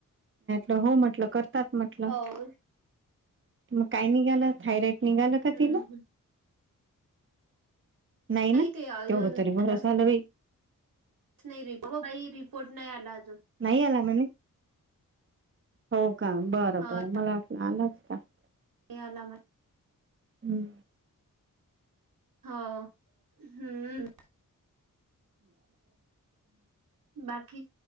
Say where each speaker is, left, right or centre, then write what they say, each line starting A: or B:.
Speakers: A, on the right; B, on the right.
A: होटल करत म्हट
B: हो
A: मग काय निघालंथायरॉइड, निघाला
B: हम्म
A: का तेन, नाही ना
B: ते अजून
A: तेवढं तरी बर
B: आलाच
A: झालं बाई,
B: नाही रि बाई रिपोर्ट नाही आला, अजून
A: नाही आला म्ह हो का बरं
B: हो
A: बर मला वाट आलाच, <unintelligible>
B: नाही आलं,
A: हम्म
B: हा, हम्म, बाकी